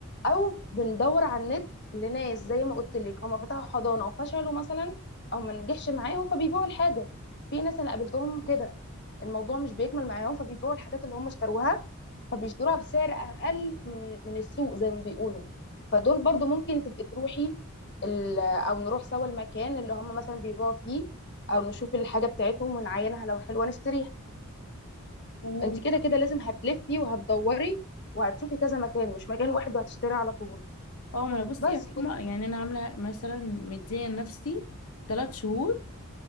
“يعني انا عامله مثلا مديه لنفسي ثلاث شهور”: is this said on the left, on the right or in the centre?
Left